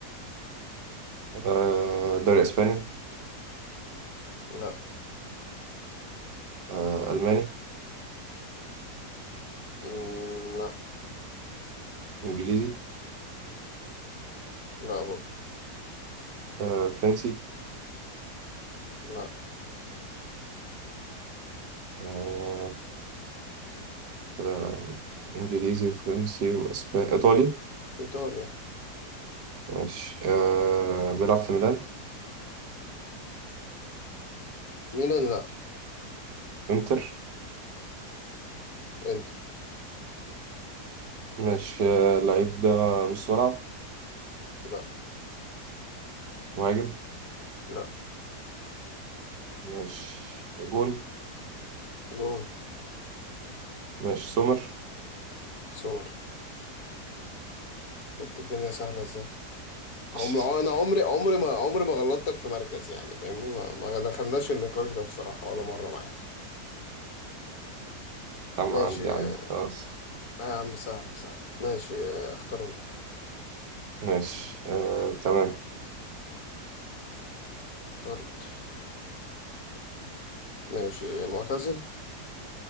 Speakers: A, on the right (about 85°); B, on the left (about 65°).
A: آه دوري اسباني
B: لا
A: آه الماني
B: مم، لا
A: انجليزي
B: لا برضه
A: آه، فرنسي
B: لا
A: آه، آه، إنجليزي وفرنسي وأسباني إيطالي
B: ايطاليا
A: ماشي آه، بيلعب في ميلان
B: ميلان لا
A: إنتر
B: انتر
A: ماشي آه، اللعيب ده نص ملعب
B: لا
A: مهاجم
B: لا
A: ماشي جون
B: جون
A: ماشي سومر
B: سومر شفت الدنيا سهلة ازاي
A: <laughs>
B: عمر انا عمري عمري ما عمري ما غلطتك في مركز يعني فاهمني ما, ما دخلناش النقاش ده بصراحة ولا مرة معاه
A: عم-
B: ماشي
A: عندي عندي
B: آه
A: خلاص
B: يا عم سهلة سهلة ماشي آه اختار انت
A: ماشي آه، تمام
B: اخترت ماشي معتزل